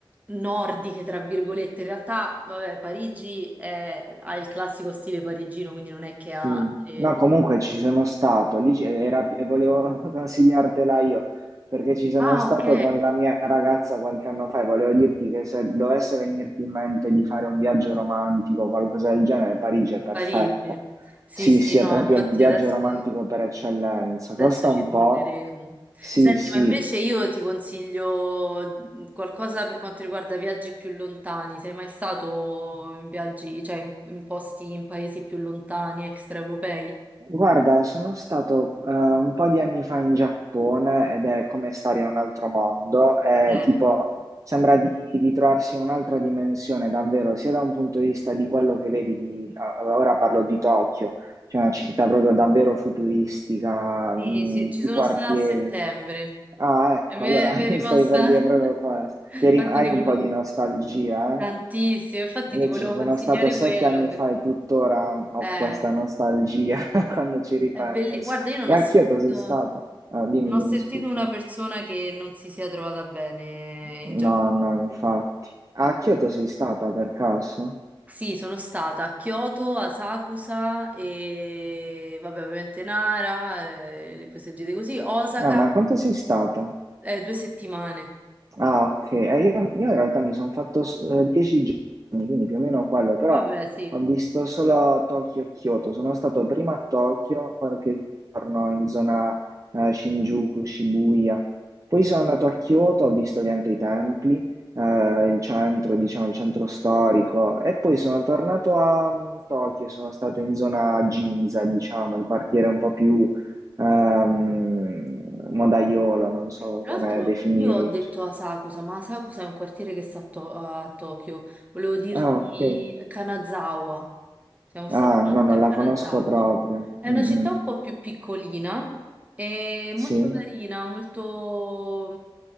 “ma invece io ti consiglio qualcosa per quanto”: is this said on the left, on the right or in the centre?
Right